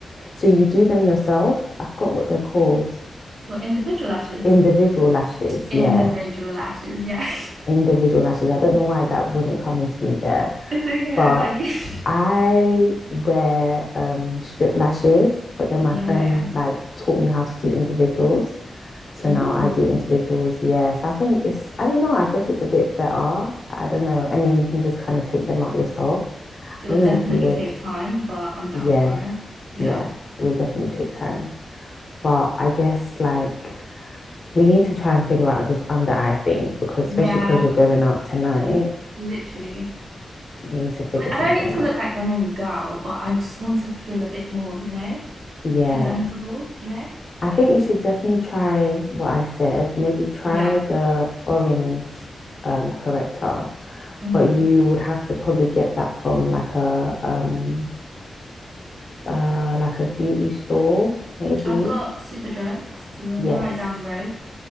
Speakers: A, on the left; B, on the right.
A: so you do them yourself. I forgot what they're called.
B: Well, individual lashes.
A: Individual lashes,
B: Individual
A: yeah.
B: lashes. Yeah. <laughs>
A: Individual lashes. I don't know why that wasn't coming to me there.
B: It's okay.
A: But
B: I got you. <laughs>
A: I wear um strip lashes, but then my
B: Yeah,
A: friend
B: yeah, yeah.
A: like taught me how to do individuals. So
B: Oh,
A: now I do individuals, yeah. So I think it's, I don't know, I guess it's a bit better. I don't know. And then you can just kind of take them out yourself. I
B: it would
A: don't
B: definitely
A: know if you would,
B: take time, but I'm down
A: yeah,
B: for it. Yeah.
A: yeah, it would definitely take time. But I guess like we need to try and figure out this under eye thing because especially
B: Yeah,
A: because you're going out tonight,
B: literally.
A: we need to figure
B: I mean,
A: something
B: I don't need
A: out.
B: to look like the main girl, but I just want to feel a bit more, you know,
A: Yeah.
B: presentable, you know?
A: I
B: Like,
A: think you should definitely try what I said. Maybe try
B: yeah.
A: the orange um, corrector,
B: hmm
A: but you would have to probably get that from like a um uh like a beauty store, maybe.
B: I've got super drugs right
A: Yes.
B: down the road.